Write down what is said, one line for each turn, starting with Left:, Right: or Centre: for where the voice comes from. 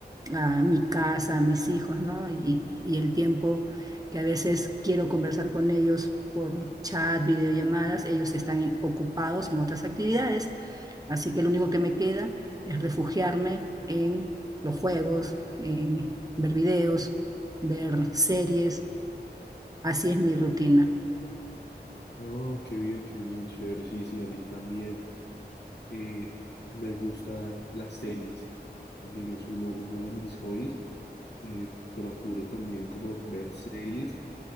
Right: a mi casa, a mis hijos, ¿no? Y, y el tiempo que a veces quiero conversar con ellos por chat, videollamadas, ellos están en- ocupados en otras actividades, así que lo único que me queda es refugiarme en los juegos, en ver videos, ver series, así es mi rutina.
Left: Oh, qué bien, qué bien, chévere. Sí, sí, a mí también eh, me gustan las series. También es uno, uno de mis hobbies. Eh, procuro también como ver series